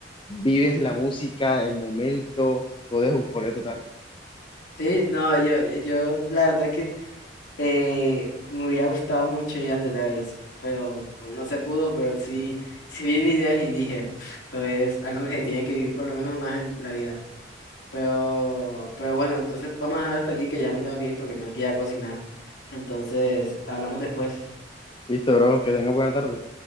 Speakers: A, on the left; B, on the left.
A: vives la música, el momento, todo es euforia total.
B: Sí, no, yo, yo la verdad que Eh, me hubiera gustado mucho ir al de Travis, pero no se pudo, pero sí, sí vi videos y dije, "Pf, esto es algo que tiene que vivir por lo menos una vez en la vida. Pero, pero bueno, entonces vamos a dejar hasta aquí que ya me tengo que ir porque tengo que ir a cocinar. Entonces, hablamos después.
A: Listo, bro, que tengas buena tarde.